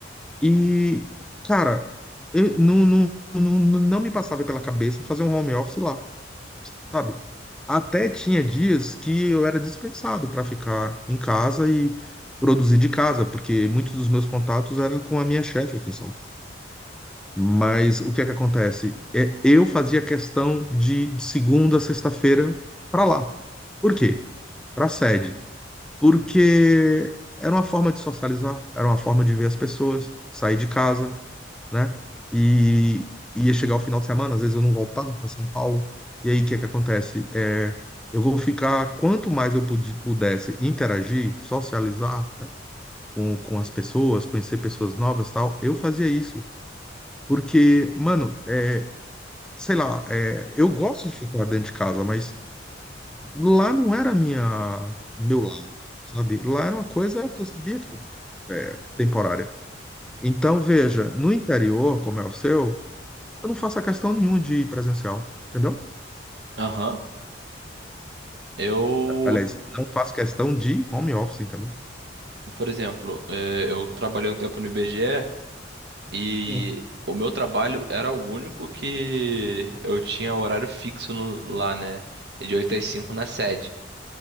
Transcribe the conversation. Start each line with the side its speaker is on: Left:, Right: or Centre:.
Centre: E, cara, eu não, não, não, não me passava pela cabeça fazer um home office lá. Sabe? Até tinha dias que eu era dispensado para ficar em casa e produzir de casa, porque muitos dos meus contatos eram com a minha chefe aqui em São Paulo. Mas o que é que acontece? É, eu fazia questão de, de segunda a sexta-feira para lá. Por quê? Para a sede. Porque era uma forma de socializar, era uma forma de ver as pessoas, sair de casa né? E ia chegar o final de semana, às vezes eu não voltava para São Paulo. E aí o que é que acontece? É, eu vou ficar, quanto mais eu pudi- pudesse interagir, socializar com, com as pessoas, conhecer pessoas novas, tal, eu fazia isso. Porque, mano, é, sei lá, é, eu gosto de ficar dentro de casa, mas lá não era minha meu lado, sabe? Lá era uma coisa que eu sabia que era, é, temporária. Então, veja, no interior, como é o seu, Eu não faço a questão nenhuma de presencial, entendeu?
Right: Aham. Eu,
Centre: Aliás, não faço questão de home office, entendeu?
Right: por exemplo, é, eu trabalhei um tempo no IBGE e
Centre: Hum.
Right: e o meu trabalho era o único que eu tinha horário fixo no- lá, né? De 8 às 5 na sede.